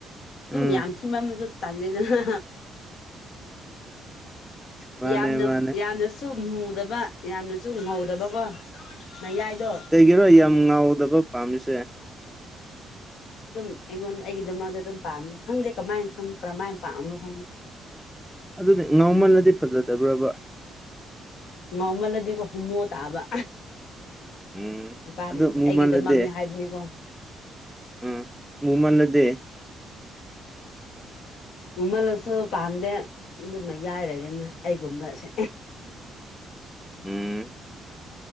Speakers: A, on the left; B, in the centre.
A: ꯑꯗꯨꯝ
B: ꯎꯝ
A: ꯌꯥꯝ ꯊꯤꯃꯟꯕꯖꯨ ꯇꯜꯂꯦꯗꯅ
B: ꯃꯥꯅꯦ
A: ꯌꯥꯝꯅ
B: ꯃꯥꯅꯦ
A: ꯌꯥꯝꯅꯁꯨ ꯃꯨꯗꯕ ꯌꯥꯝꯅꯁꯨ ꯉꯧꯗꯕꯀꯣ ꯃꯥꯌꯥꯏꯗꯣ
B: ꯒꯤꯔꯣ ꯌꯥꯝ ꯉꯥꯎꯗꯕ ꯄꯥꯝꯃꯤꯁꯦ
A: ꯑꯗꯨꯝ ꯑꯩꯉꯣꯟ ꯑꯩꯒꯤꯗꯃꯛꯇ ꯑꯗꯨꯝ ꯄꯥꯝꯃꯅꯦ ꯈꯪꯗꯦ ꯀꯃꯥꯏꯟ ꯈꯪ ꯀꯔꯝꯃꯥꯏ ꯄꯥꯝꯕꯔꯣ ꯈꯪꯗꯦ
B: ꯑꯗꯨꯗꯤ ꯉꯥꯎꯃꯜꯂꯗꯤ ꯐꯖꯗꯕ꯭ꯔꯕ
A: ꯉꯧꯃꯜꯂꯗꯤꯀꯣ ꯍꯨꯃꯣ ꯇꯥꯕ
B: ꯎꯝ
A: ꯅꯨꯄꯥꯁꯤꯡꯁꯦ
B: ꯑꯗꯨ ꯃꯨꯃꯜꯂꯗꯤ
A: ꯑꯩꯒꯤꯗꯃꯛꯅꯦ ꯍꯥꯏꯕꯅꯤꯀꯣ
B: ꯎꯝ ꯃꯨꯃꯜꯂꯗꯤ
A: ꯃꯃꯜꯂꯁꯨ ꯄꯥꯝꯗꯦ ꯑꯗꯨꯝ ꯃꯌꯥꯏ ꯂꯩꯗꯕ ꯑꯩꯒꯨꯝꯕꯁꯦ
B: ꯎꯝ